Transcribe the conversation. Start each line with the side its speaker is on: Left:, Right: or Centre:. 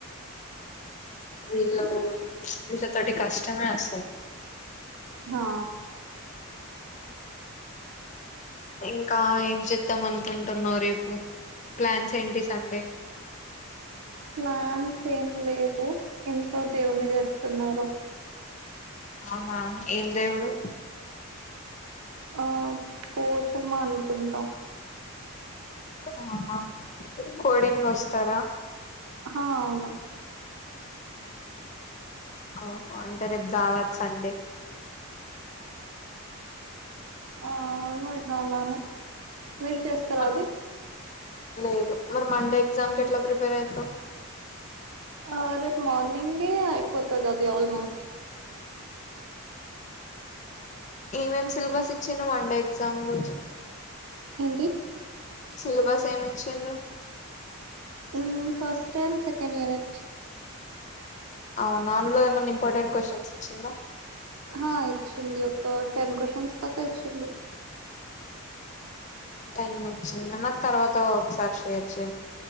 Left: వీళ్లు, వీళ్ళతోటి కష్టమే అసలు.
Right: మా
Left: ఇంకా ఏం చెద్దాం అనుకుంటున్నావు రేపు ప్లాన్స్ ఏంటి సండే
Right: ప్లాన్స్ ఏం లేవు ఇంట్లో దేవుని చేస్తున్నారు
Left: అవునా ఏం దేవుడు
Right: ఆ పోచమ్మ అనుకుంటాం
Left: ఆహా కోడిన్ గోస్తారా
Right: హా అవును
Left: ఓహ అంటే రేపు జావద్ సండే
Right: ఆ అవును ఇక అలానే మీరు చేస్తరా
Left: మరి
Right: అది
Left: లేదు మరి మండే ఎగ్జామ్ కెట్ల ప్రిపేర్ అయితవ్
Right: ఆ రేపు మార్నింగే అయిపోతది అది ఆల్మోస్ట్
Left: ఏమేం సిలబస్ ఇచ్చిన్రు వండే ఎగ్జామ్ రోజు
Right: ఏంటి
Left: సిలబస్ ఏమిచ్చిన్రు
Right: హ్మ్ ఫస్ట్ అండ్ సెకండ్ యూనిట్
Left: అవునా అందులో ఏమన్నా ఇంపార్టెంట్ క్వశ్చన్స్ ఇచ్చిందా
Right: హా ఇచ్చింది ఒక టెన్ క్వశన్స్ దాకా ఇచ్చింది
Left: టెన్ మినిట్స్ ఉంద నాకు తర్వాత ఒకసారి షేర్ చై